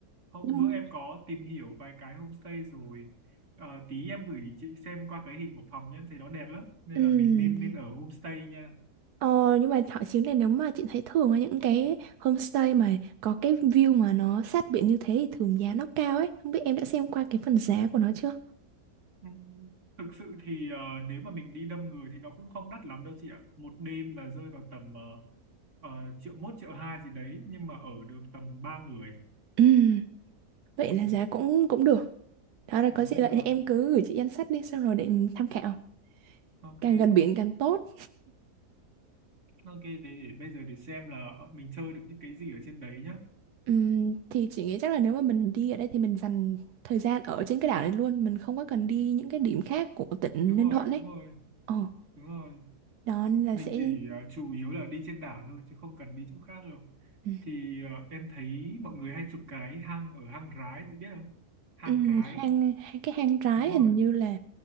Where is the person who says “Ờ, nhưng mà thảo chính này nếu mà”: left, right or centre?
Right